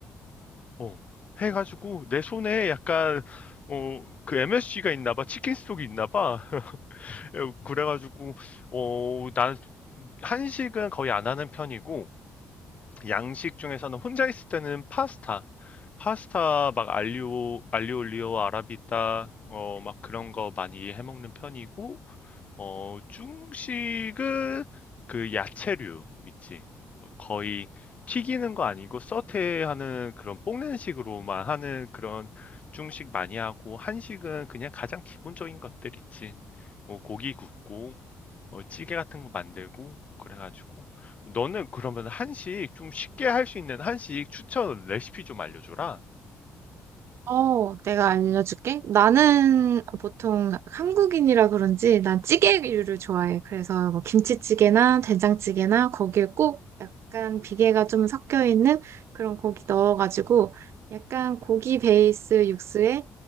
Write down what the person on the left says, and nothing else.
어. 해가지고 내 손에 약간, 어, 그 MSG가 있나 봐. 치킨 스톡이 있나 봐. <laughs> 그래가지고, 어, 난 한식은 거의 안 하는 편이고, 양식 중에서는 혼자 있을 때는 파스타. 파스타 막 알리오 알리올리오 아라비타 어 막 그런 거 많이 해 먹는 편이고 어 중식은 그 야채류 있지. 거의 튀기는 거 아니고 서태하는 그런 볶는 식으로만 하는 그런 중식 많이 하고 한식은 그냥 가장 기본적인 것들 있지. 뭐 고기 굽고 어 찌개 같은 거 만들고 그래가지고 너는 그러면 한식 좀 쉽게 할 수 있는 한식 추천 레시피 좀 알려줘라.